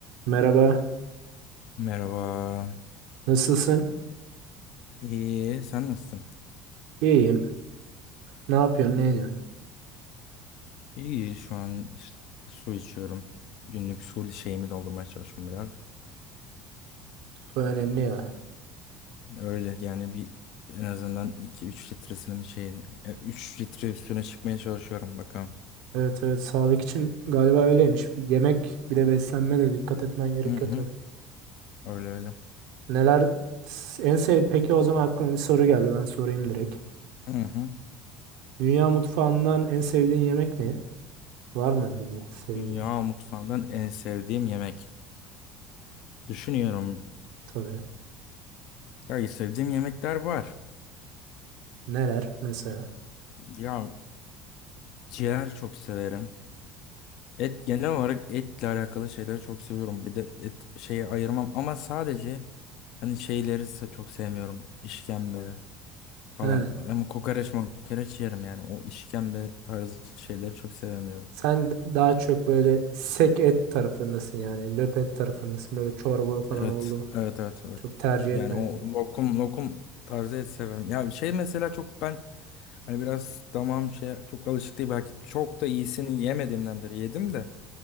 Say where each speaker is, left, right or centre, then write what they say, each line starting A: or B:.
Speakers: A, on the right; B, on the left.
A: Merhaba,
B: Merhaba.
A: nasılsın?
B: İyi, sen nasılsın?
A: İyiyim. Ne yapıyorsun, ne ediyorsun?
B: İyi, şu an işte su içiyorum. Günlük su şeyimi doldurmaya çalışıyorum biraz.
A: Bu önemli ya.
B: Öyle yani bir en azından iki üç litresinin şeyini e, 3 litre üstüne çıkmaya çalışıyorum bakalım.
A: Evet evet, sağlık için galiba öyleymiş. Yemek bir de beslenme de dikkat etmen gerekiyor
B: Hı hı,
A: tabii.
B: öyle öyle.
A: Neler en sev peki o zaman aklıma bir soru geldi ben sorayım direkt.
B: Hı hı.
A: Dünya mutfağından en sevdiğin yemek ne? Var mı öyle bir sevdiğin?
B: Dünya mutfağından en sevdiğim yemek. Düşünüyorum.
A: Tabii.
B: Ya sevdiğim yemekler var.
A: Neler mesela?
B: Ya ciğer çok severim. Et genel olarak etle alakalı şeyleri çok seviyorum. Bir de et şeyi ayırmam ama sadece hani şeyleri se- çok sevmiyorum. İşkembe falan.
A: He.
B: Ama kokoreç mokoreç yerim yani. O işkembe tarzı şeyleri çok sevmiyorum.
A: Sen d- daha çok böyle sek et tarafındasın yani. Löp et tarafındasın. Böyle çorba falan
B: Evet,
A: oldu. mu?
B: evet, evet, evet.
A: Çok tercih
B: Yani
A: etmiyorum.
B: o lokum lokum tarzı et severim. Ya bir şey mesela çok ben hani biraz damağım şey çok alışık değil belki çok da iyisini yemediğimdendir. Yedim de.